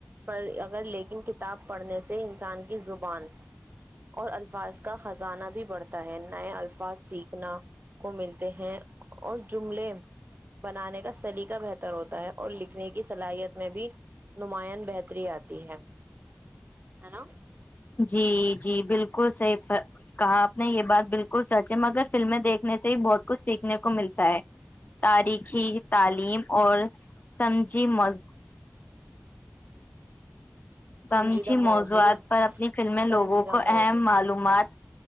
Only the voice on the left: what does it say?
جی جی بالکل صحیح کہا آپ نے یہ بات بالکل سچ ہے مگر فلمیں دیکھنے سے ہی بہت کچھ سیکھنے کو ملتا ہے تاریخی تعلیم اور سمجھی مز سمجھی
موضوعات
پر فلمیں لوگوں
کو
اہم معلومات